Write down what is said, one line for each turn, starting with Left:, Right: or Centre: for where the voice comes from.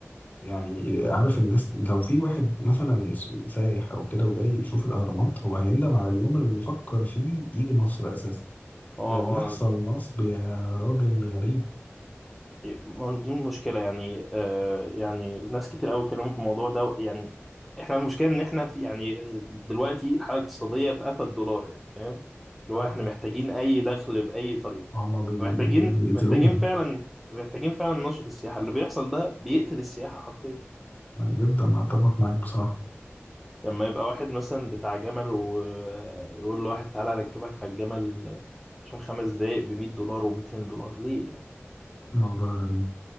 Left: يعني عارف الناس لو في واحد مثلا سايح أو كده وجاي يشوف الأهرامات هو هيندم على اليوم اللي فكر فيه يجي مصر أساسا
Centre: اه
Left: ده بيحصل
Centre: آه،
Left: نصب يا راجل غريب
Centre: ما هو دي المشكلة يعني آه يعني ناس كتير قوي اتكلموا في الموضوع ده يعني احنا المشكلة ان احنا في يعني دلوقتي الحالة الاقتصادية في قفا الدولار يعني فاهم اللي
Left: اه
Centre: هو احنا محتاجين اي دخل بأي طريقة
Left: هما بي...
Centre: محتاجين
Left: بيقتلوهم
Centre: محتاجين فعلا محتاجين فعلا نشرة السياحة اللي بيحصل ده بيقتل السياحة حرفيا
Left: جدا أتفق معاك بصراحة
Centre: لما يبقى واحد مثلا بتاع جمل ويقول لواحد تعالى اركبك على الجمل مش عارف خمس دقايق ب 100 دولار و200 دولار ليه يعني
Left: الموضوع غريب